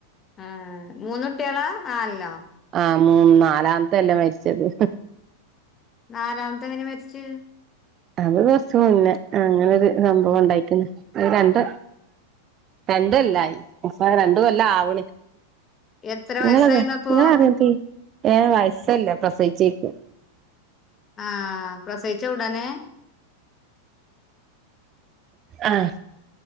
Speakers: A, on the left (about 25°); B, on the right (about 30°).
A: ആ മൂന്നുട്ടികളോ ആല്ലോ
B: <unintelligible> മരിച്ചത്
A: നാലാമത്തെങ്ങനെ മരിച്ച്
B: അത് കൊറച്ചു മുന്നെ അങ്ങനൊരു സംഭവണ്ടയ്ക്ക്ണ് ര രണ്ടൊല്ലായി ആ രണ്ട് കൊല്ലാവ്ണ്
A: എത്ര
B: നിങ്ങളതാ
A: വയസ്സായിന്നപ്പോ
B: നിങ്ങള അറിഞ്ഞ വയസ്സയില്ല പ്രസവിച്ചേക്ക്
A: ആഹ് പ്രസവിച്ച ഉടനെ
B: ആഹ്